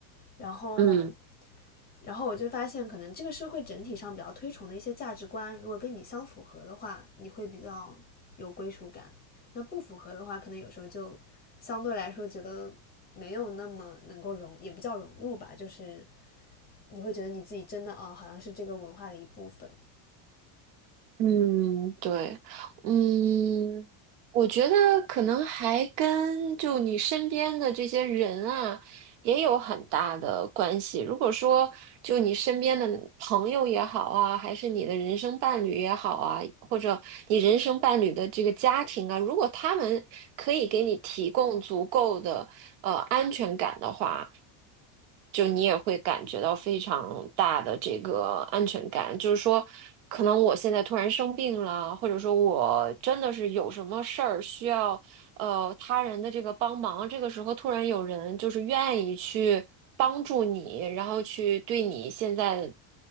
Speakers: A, on the left; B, on the right.
A: 然后
B: 嗯。
A: 然后我就发现，可能这个社会整体上比较推崇的一些价值观，如果跟你相符合的话，你会比较有归属感；那不符合的话，可能有时候就相对来说觉得没有那么能够融，也不叫融入吧，就是你会觉得你自己真的啊哦，好像是这个文化的一部分。
B: 嗯，对，嗯，我觉得可能还跟就你身边的这些人啊，也有很大的关系。如果说就你身边的朋友也好啊，还是你的人生伴侣也好啊，或者你人生伴侣的这个家庭啊，如果他们可以给你提供足够的呃安全感的话，就你也会感觉到非常大的这个安全感，就是说，可能我现在突然生病了，或者说我真的是有什么事儿需要呃他人的这个帮忙，这个时候突然有人就是愿意去帮助你，然后去对你现在